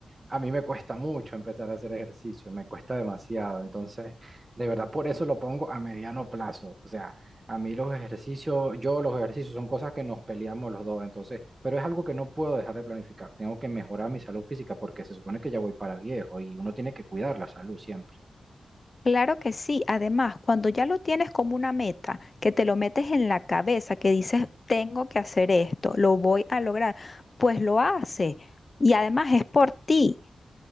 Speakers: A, on the right; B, on the left.
A: A mí me cuesta mucho empezar a hacer ejercicio, me cuesta demasiado. Entonces, de verdad, por eso lo pongo a mediano plazo. O sea, a mí los ejercicios, yo los ejercicios son cosas que nos peleamos los dos. Entonces, pero es algo que no puedo dejar de planificar. Tengo que mejorar mi salud física porque se supone que ya voy para viejo y uno tiene que cuidar la salud siempre.
B: Claro que sí. Además, cuando ya lo tienes como una meta, que te lo metes en la cabeza, que dices, tengo que hacer esto, lo voy a lograr, pues lo hace. Y además es por ti.